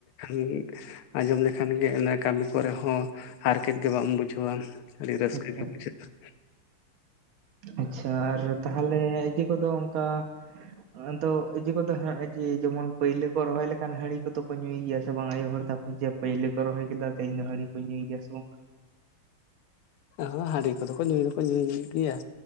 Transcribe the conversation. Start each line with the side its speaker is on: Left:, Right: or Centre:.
Left: <inaudible> ᱟᱸᱡᱚᱢ ᱞᱮᱠᱷᱟᱱ ᱜᱮ ᱚᱱᱟ ᱠᱟᱹᱢᱤ ᱠᱚᱨᱮ ᱦᱚᱸ ᱦᱟᱨᱠᱮᱛ ᱜᱮ ᱵᱟᱢ ᱵᱩᱡᱷᱟᱹᱣᱟᱢ ᱟᱹᱰᱤ ᱨᱟᱹᱥᱠᱟᱹ
Right: ᱟᱪᱪᱷᱟ,
Left: ᱜᱮ ᱵᱩᱡᱷᱟᱹᱜᱼᱟ ᱾
Right: ᱟᱪᱪᱷᱟ ᱟᱨ ᱛᱟᱦᱮᱞᱮ ᱤᱭᱟᱹ ᱠᱚᱫᱚ ᱚᱝᱠᱟ? ᱟᱫᱚ ᱤᱡᱟᱹ ᱠᱚᱫᱚ ᱦᱮᱸ ᱟᱡᱤ ᱡᱮᱢᱚᱱ ᱯᱟᱹᱭᱞᱟᱹ ᱠᱚ ᱨᱚᱦᱚᱭ ᱞᱮᱠᱷᱟᱱ ᱦᱟᱺᱬᱤ ᱠᱚᱫᱚ ᱠᱚ ᱧᱩᱭ ᱜᱮᱭᱟ ᱥᱮ ᱵᱟᱝ ᱟᱭᱳ ᱦᱚᱲ ᱛᱟᱠᱚ? ᱡᱮ ᱯᱟᱹᱭᱞᱟᱹ ᱠᱚ ᱨᱚᱦᱚᱭ ᱠᱮᱫᱟ ᱛᱮᱦᱮᱧ ᱫᱚ ᱦᱟᱺᱬᱤ ᱠᱚ ᱧᱩᱭ ᱜᱮᱭᱟ ᱥᱮᱢ ᱵᱟᱝ?
Left: ᱦᱚᱸ ᱦᱟᱺᱰᱤ ᱠᱚᱫᱚ ᱠᱚ ᱧᱩᱭ ᱫᱚᱠᱚ ᱧᱩᱭ ᱜᱮᱭᱟ